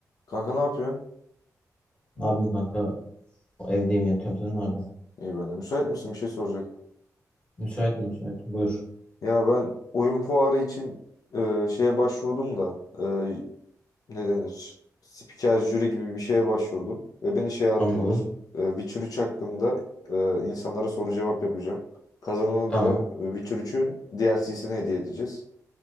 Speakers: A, on the left (about 70°); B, on the left (about 15°).
A: Kanka ne yapıyorsun?
B: Ne yapayım kanka? Evdeyim yatıyorum. Sen ne yapıyorsun?
A: İyi ben de. Müsait misin? Bir şey soracaktım.
B: Müsaitim müsaitim. Buyur.
A: Ya ben oyun fuarı için e, şeye başvurdum da e, ne denir? Spiker jüri gibi bir şeye başvurdum. Ve beni şeye attılar.
B: Anladım.
A: E, Witcher 3 hakkında e, insanlara soru cevap yapacağım. Kazanana
B: Tamam.
A: da e, Witcher 3'ün DLC'sini hediye edeceğiz.